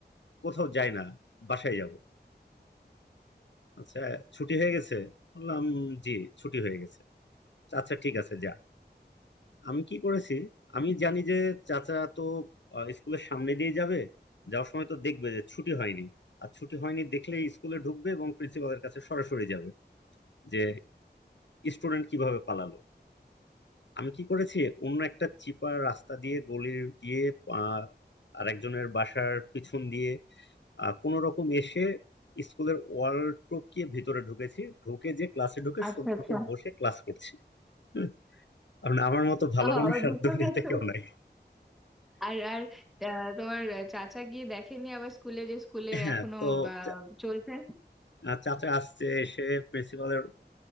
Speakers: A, on the left (about 85°); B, in the centre.
A: কোথাও যাই না বাসায় যাব আচ্ছা ছুটি হয়ে গেছে বললাম জি ছুটি হয়ে গেছে আচ্ছা ঠিক আছে যা আমি কি করেছি আমি জানি যে চাচা তো আহ, স্কুলের সামনে দিয়ে যাবে যাওয়ার সময় তো দেখবে যে ছুটি হয়নি আর ছুটি হয়নি দেখলে স্কুলে ঢুকবে এবং প্রিন্সিপালের কাছে সরাসরি যাবে যে স্টুডেন্ট কিভাবে পালালো আমি কি করেছি অন্য একটা চিপার রাস্তা দিয়ে গলি দিয়ে আহ, আরেকজনের বাসার পিছন দিয়ে কোন রকম এসে স্কুলের ওয়াল টপকিয়ে ভিতরে ঢুকেছি ঢুকে যে ক্লাসে ঢুকে
B: আচ্ছা,
A: সুন্দর
B: আচ্ছা।
A: করে বসে ক্লাস করছি হুম, কারণ আমার মতো ভালো মানুষ
B: আবার দুটো
A: আর দুনিয়াতে
B: গেছো।
A: কেউ নাই
B: আর আর আ তোমার চাচা গিয়ে দেখেনি আবার স্কুলে যে স্কুলে
A: হ্যাঁ
B: এখনো
A: তো
B: বা
A: চা-
B: চলছে?
A: আহ, চাচা আসছে এসে প্রিন্সিপালের